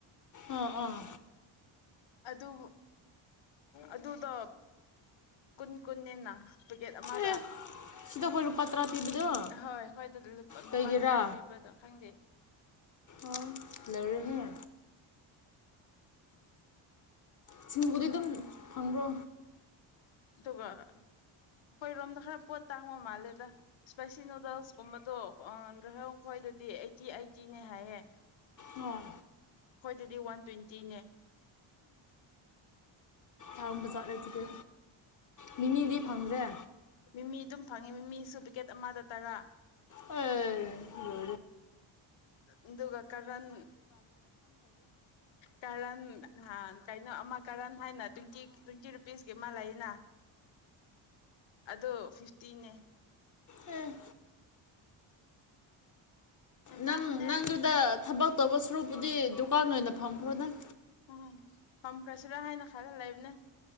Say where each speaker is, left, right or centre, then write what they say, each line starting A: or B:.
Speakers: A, on the left; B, on the left.
A: ꯑꯥ ꯑꯥ
B: ꯑꯗꯨ ꯑꯗꯨꯗꯣ ꯀꯨꯟ ꯀꯨꯟꯅꯅꯤꯅ ꯄꯦꯀꯦꯠ ꯑꯃꯗ
A: ꯑꯦ ꯁꯤꯗ ꯑꯩꯈꯣꯏ ꯂꯨꯄꯥ ꯇꯔꯥ ꯄꯤꯕꯗꯣ
B: ꯑꯍꯣꯏ ꯑꯩꯈꯣꯏꯗ
A: ꯀꯩꯒꯤꯔꯥ
B: ꯂꯨꯄꯥ ꯇꯔꯥ ꯄꯤꯕꯗꯣ ꯈꯪꯗꯦ
A: ꯑꯣ ꯂꯧꯧꯔꯦꯍꯦ ꯁꯤꯡꯕꯨꯗꯤ ꯑꯗꯨꯝ ꯐꯪꯕ꯭ꯔꯣ
B: ꯑꯗꯨꯒ ꯑꯩꯈꯣꯏꯔꯣꯝꯗ ꯈꯔ ꯄꯣꯠ ꯇꯥꯡꯕ ꯃꯥꯜꯂꯦꯗ ꯏꯁꯄꯥꯏꯁꯤ ꯅꯨꯗꯜꯁꯀꯨꯝꯕꯗꯣ ꯔꯦꯍꯧ ꯈꯣꯏꯗꯗꯤ ꯑꯩꯠꯇꯤ ꯑꯩꯠꯇꯤꯅꯦ ꯍꯥꯏꯌꯦ
A: ꯎꯝ
B: ꯍꯣꯏ ꯑꯗꯨꯗꯤ ꯋꯥꯟ ꯇ꯭ꯋꯦꯟꯇꯤꯅꯦ
A: ꯑꯔꯕ ꯆꯥꯠꯂꯦꯁꯤꯗꯤꯦ ꯃꯤꯅꯤꯗꯤ ꯐꯪꯗ꯭ꯔꯦ
B: ꯃꯤꯃꯤ ꯑꯗꯨꯝ ꯐꯪꯉꯦ ꯃꯤꯃꯤꯁꯨ ꯄꯤꯀꯦꯠ ꯑꯃꯗ ꯇꯔꯥ
A: ꯑꯣ
B: ꯑꯗꯨꯒ ꯀꯔꯟ ꯀꯔꯟ ꯀꯩꯅꯣ ꯑꯃ ꯀꯔꯟ ꯍꯥꯏꯅ ꯇ꯭ꯋꯦꯟꯇꯤ ꯇ꯭ꯋꯦꯟꯇꯤ ꯄꯤꯁꯀꯤ ꯃꯥ ꯂꯩꯅ ꯑꯗꯨ ꯐꯤꯐꯇꯤꯅꯦ
A: ꯎꯝ
B: ꯌꯥꯝ
A: ꯅꯪ
B: ꯇꯥꯡꯕꯅꯦ
A: ꯅꯪꯗꯨꯗ ꯊꯕꯛ ꯇꯧꯕ ꯁꯨꯔꯨꯄꯨꯗꯤ ꯗꯨꯀꯥꯟ ꯑꯣꯏꯅ ꯐꯪꯈ꯭ꯔꯣ ꯅꯪ
B: ꯎꯝ ꯐꯝꯈ꯭ꯔꯁꯤꯔ ꯍꯥꯏꯅ ꯈꯜꯂ ꯂꯩꯕꯅꯦ